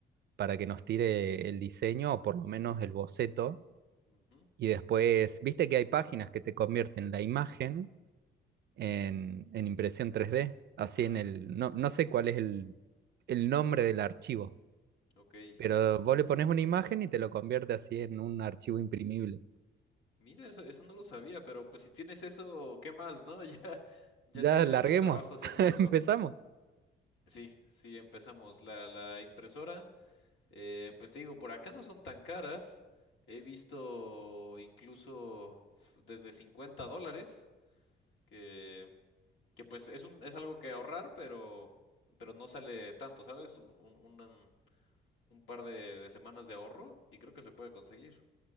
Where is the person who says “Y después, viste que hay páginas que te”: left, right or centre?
Right